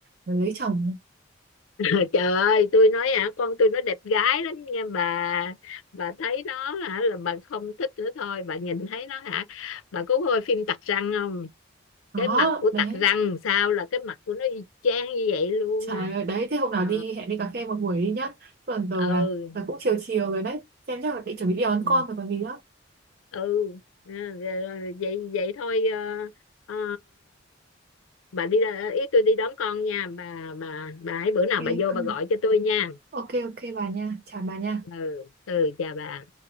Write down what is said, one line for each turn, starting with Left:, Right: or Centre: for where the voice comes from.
Right: lấy chồng
Left: <laughs> trời ơi tôi nói hả con tôi nó đẹp gái lắm nha bà bà thấy nó hả là bà không thích nữa thôi bà nhìn thấy nó hả bà có coi phim tặc răng không
Right: đó
Left: cái mặt của tặc
Right: đấy
Left: răng sao là cái mặt của nó y chang như vậy luôn
Right: trời
Left: đó
Right: ơi đấy thế hôm
Left: ờ
Right: nào đi hẹn đi cà phê một buổi đi nhá Chứ còn giờ
Left: <laughs>
Right: là
Left: ừ
Right: là cũng chiều chiều rồi đấy xem chắc là định chuẩn bị đi đón
Left: ừ
Right: con rồi còn gì nữa
Left: ừ, Rồi- rồi- vậy vậy thôi ờ, ờ, bà đi ra ý tôi đi đón con nha bà bà bà ấy bữa nào
Right: ok
Left: bà vô
Right: coi.
Left: bà gọi cho tôi nha
Right: ok ok bà nha chào bà nha
Left: ừ ừ chào bà